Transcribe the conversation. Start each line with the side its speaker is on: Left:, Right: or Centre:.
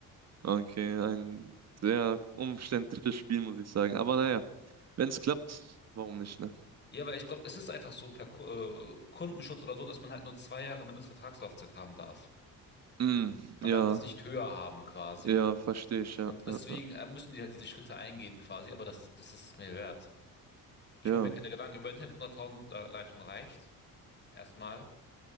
Right: okay, ein sehr umständliches Spiel, muss ich sagen. Aber naja, wenn es klappt, warum nicht, ne?
Left: Ja, weil ich glaube, es ist einfach so per Ku- äh, Kundenschutz oder so, dass man halt nur zwei Jahre Mindestvertragslaufzeit haben darf.
Right: Mm,
Left: Man
Right: ja,
Left: darf Ja. das nicht höher haben quasi.
Right: ja, verstehe ich, ja,
Left: Und
Right: ja.
Left: deswegen äh, müssen die halt diese Schritte eingehen quasi, aber das, das ist es mir wert. Ich
Right: ja.
Left: mache mir keine Gedanken über Internet. 100.000 Leitung reicht. Erstmal.